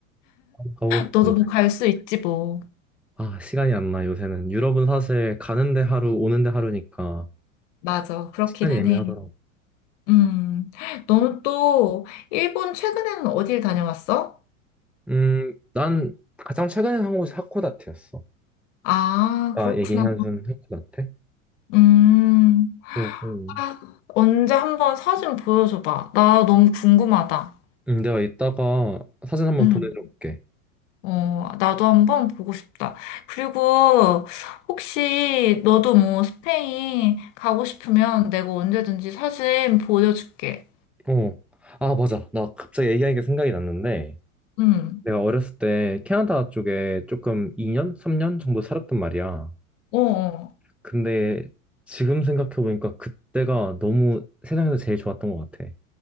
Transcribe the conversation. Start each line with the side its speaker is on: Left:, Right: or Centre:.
Centre: 가보고 싶은데.
Left: 너도 뭐 갈 수 있지 뭐.
Centre: 아, 시간이 안 나, 요새는. 유럽은 사실 가는데 하루, 오는데 하루니까
Left: 맞아. 그렇기는
Centre: 시간이 애매하더라고.
Left: 해. 음, 너는 또 일본 최근에는 어딜 다녀왔어?
Centre: 음, 난 가장 최근에 한 곳이 하코다테였어.
Left: 아,
Centre: 아까
Left: 그렇구나.
Centre: 얘기한 순 하코다테?
Left: 음.
Centre: 그리고,
Left: 아, 언제 한번 사진 보여줘봐. 나 너무 궁금하다.
Centre: 음, 내가 이따가 사진 한번
Left: 응.
Centre: 보내줄게.
Left: 어, 나도 한번 보고 싶다. 그리고 혹시 너도 뭐 스페인 가고 싶으면 내가 언제든지 사진 보여줄게.
Centre: 어. 아, 맞아. 나 갑자기 얘기하니까 생각이 났는데,
Left: 응.
Centre: 내가 어렸을 때 캐나다 쪽에 조금 2년, 3년 정도 살았단 말이야.
Left: 어. 어.
Centre: 근데 지금 생각해보니까 그때가 너무 세상에서 제일 좋았던 것 같아.